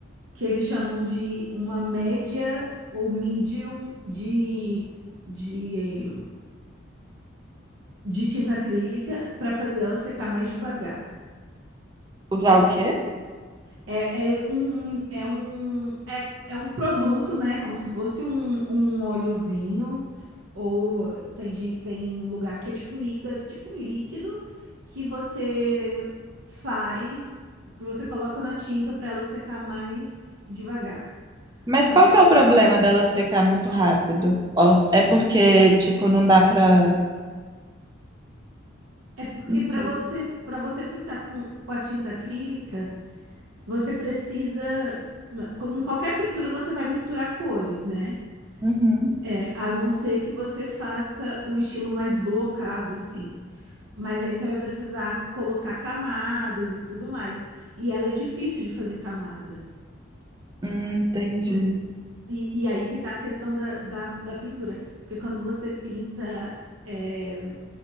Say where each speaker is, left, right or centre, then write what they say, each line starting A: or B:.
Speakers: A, on the right; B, on the right.
A: que eles chamam de uma média ou medium de, de, de tinta acrílica para fazer ela secar mais devagar.
B: usar
A: Tem.
B: o quê?
A: É, é um, é um, é, é um produto, né? Como se fosse um, um óleozinho. Ou tem gente, tem lugar que é tipo um líquido, é tipo um líquido que você faz, que você coloca na tinta para ela secar mais devagar
B: Mas
A: quando
B: qual
A: você
B: que
A: tá
B: é o
A: pintando.
B: problema dela secar muito rápido? Ó, é porque, tipo, não dá pra.
A: É porque
B: Não
A: para
B: sei.
A: você, para você pintar com, com a tinta acrílica, você precisa, com qualquer pintura você vai misturar cores, né?
B: Uhum.
A: É, a não ser que você faça um estilo mais blocado, assim. Mas aí você vai precisar colocar camadas e tudo mais. E ela é difícil de fazer camada.
B: Hum, entendi.
A: Porque- e, e aí que tá a questão da, da, da pintura. Porque quando você pinta, é,